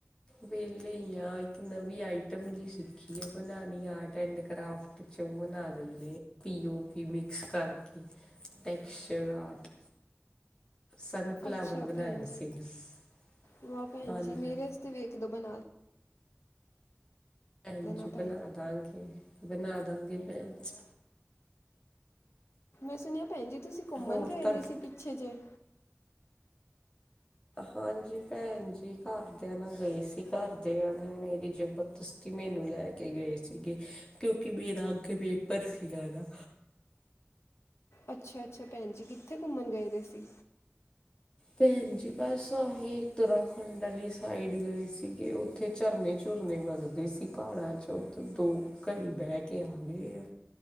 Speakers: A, on the left; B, on the left.
A: ਵੇਲੇ ਆ ਇੱਕ ਨਵੀਂ ਆਈਟਮ ਜਿ ਸਿੱਖੀ ਆ ਬਣਾਉਣੀ ਆਰਟ ਐਂਡ ਕਰਾਫਟ ਚ ਉਹ ਬਣਾ ਦਿੰਦੇ ਆ ਪੀਓ ਪੀ ਮਿਕਸ ਕਰਕੇ ਟਕਸਚਰ ਆਰਟ ਸਨਫਲਾਵਰ
B: ਅੱਛਾ
A: ਬਣਾਇਆ
B: ਭੈਣ ਜੀ
A: ਸੀਗਾ
B: ਵਾਹ ਭੈਣ
A: ਹਾਂਜੀ
B: ਜੀ ਮੇਰੇ ਵਸਤੇ ਵੇਖ ਦੋ ਬਣਾ।
A: ਹੰਜੀ
B: ਦੇਣਾ ਭੈਣ
A: ਬਣਾ ਦਿਆਂਗੇ। ਬਣਾ ਦਾਂਗੇ ਭੈਣਜੀ।
B: ਮੈਂ ਸੁਣਿਆ ਭੈਣ ਜੀ ਤੁਸੀਂ ਘੁੰਮਣ
A: ਹੋਰ
B: ਗਏ
A: ਤੁਹਾਡੇ
B: ਦੇ ਸੀ ਪਿੱਛੇ ਜੇ?
A: ਹਾਂਜੀ ਭੈਣ ਜੀ ਘਰਦਿਆਂ ਨਾਲ ਗਏ ਸੀ ਘਰਦਿਆਂ ਨੂੰ ਮੇਰੀ ਜਬਰਦਸਤੀ ਮੈਨੂੰ ਨਾਲ ਲੇਕੇ ਗਏ ਸੀਗੇ ਕਿਉਂਕਿ ਮੇਰਾ ਅੱਗੇ ਪੇਪਰ ਸੀਗਾ।
B: ਅੱਛਾ-ਅੱਛਾ ਭੈਣ ਜੀ ਕਿੱਥੇ ਘੁੰਮਣ ਗਏ ਦੇ ਸੀਂ?
A: ਭੈਣ ਜੀ ਬਸ ਆਹੀ ਉਤਰਾਖੰਡ ਵਾਲੀ ਸਾਈਡ ਗਏ ਸੀਗੇ ਉਓਥੇ ਝਰਨੇ ਝੁਰਨੇ ਲੱਗਦੇ ਸੀ ਪਹਾੜਾਂ ਚ ਉਧਰ ਦੋ ਘੜੀ ਬਹਿ ਕੇ ਆ ਗਏ ਆ